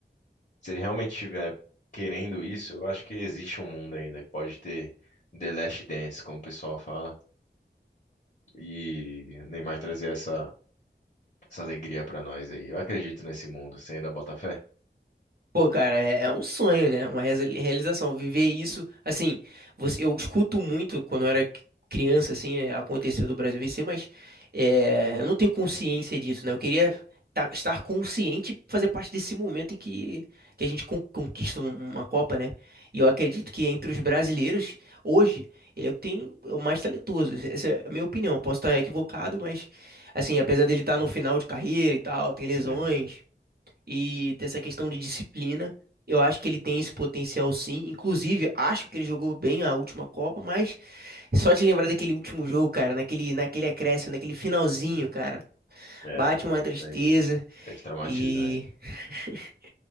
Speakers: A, on the left; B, on the right.
A: ele realmente estiver querendo isso, eu acho que existe um mundo ainda que pode ter The Last Dance, como o pessoal fala, e o Neymar trazer essa essa alegria pra nós aí. Eu acredito nesse mundo, você ainda bota fé?
B: Pô, cara, é, é um sonho, né? Uma reza- realização. Viver isso, assim, você, eu escuto muito quando eu era criança, assim, é, aconteceu do Brasil vencer, mas é, eu não tenho consciência disso, né? Eu queria ta- estar consciente e fazer parte desse momento em que, que a gente con- conquista um- uma Copa, né? E eu acredito que entre os brasileiros, hoje, ele é o que tem é o mais talentoso. Essa é a minha opinião. Posso estar equivocado, mas, assim, apesar dele estar no final de carreira e tal, tem lesões
A: Uhum.
B: e dessa questão de disciplina. Eu acho que ele tem esse potencial sim. Inclusive, acho que ele jogou bem a última Copa, mas só de lembrar daquele último jogo, cara, naquele, naquele acréscimo, naquele finalzinho, cara,
A: É,
B: bate
A: não,
B: uma
A: isso
B: tristeza.
A: daí deve traumatizar.
B: E. <laughs>